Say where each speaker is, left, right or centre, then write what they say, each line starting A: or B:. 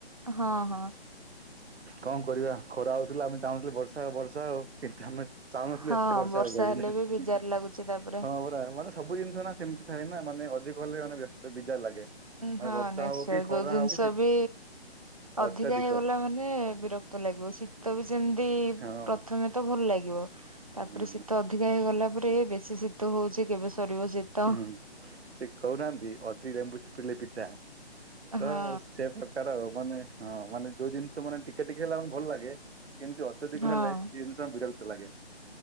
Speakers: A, on the right (about 35°); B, on the right (about 75°).
A: ହଁ ହଁ।
B: କଣ କରିବା ଖରା ହଉଥିଲା ଆମେ ଚାହୁଁଥିଲୁ ବର୍ଷା ଆଉ ବର୍ ର୍ଷା ହଉ କିନ୍ତୁ ଆମେ ଚାହୁନଥିଲୁ
A: ହଁ
B: ଏତେ ବର୍ଷା ହଉ କହିକିନା
A: ହେଲେ ବି ବିଜାର ଲାଗୁଛି ତାପରେ
B: ହଁ ପରା ମାନେ ସବୁ ଜିନିଷ ନା ସେମିତି ଥାଏ ନା ମାନେ ଅଧିକ ହେଲେ ମାନେ ବ୍ୟସ୍ତ ବିଜାର ଲାଗେ। ମାନେ
A: ହଁ
B: ବର୍ଷା
A: ନିଶ୍ଚୟ
B: ହଉ କି ଖରା
A: ଯୋଉ ଜିନିଷ
B: ହଉ କି ଶୀ
A: ବି ଅଧିକା
B: ଅତ୍ୟଧିକ
A: ହେଇଗଲା ମାନେ ହେ ବିରକ୍ତ ଲାଗିବ ଶୀତ ବି ସେମିତି
B: ହଁ
A: ପ୍ରଥମେ ତ ଭଲ ଲାଗିବ ତାପରେ
B: ହୁଁ
A: ଶୀତ ଅଧିକା ହେଇଗଲା ପରେ ବେଶୀ ଶୀତ ହଉଛି କେବେ ସରିବ ଶୀତ।
B: ହୁଁ। ସେ କହୁନାହାନ୍ତି ଅତି ଲେମ୍ବୁ ଚିପୁଡ଼ିଲେ ପିତା। ତ
A: ହଁ
B: ସେ ପ୍ରକାର ଆଉ ମାନେ ହଁ ମାନେ ଯୋଉ ଜିନିଷ ମାନେ ଟିକେ ଟିକେ ହେଲେ ଆମକୁ ଭଲ ଲାଗେ କିନ୍ତୁ ଅତ୍ୟଧିକ
A: ହଁ
B: ହେଲେ କି ବିରକ୍ତ ଲାଗେ,